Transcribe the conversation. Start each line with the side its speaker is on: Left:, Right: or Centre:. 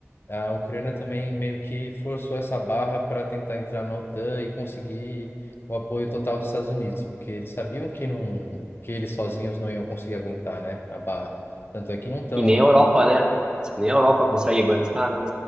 Left: a Ucrânia também meio que forçou essa barra para tentar entrar na OTAN e conseguir o apoio total dos Estados Unidos, porque eles sabiam que não, que eles sozinhos não iam conseguir aguentar, né, a barra. Tanto é que não estão,
Right: E nem
Left: né?
Right: a Europa, né? Nem a Europa consegue aguentar, né?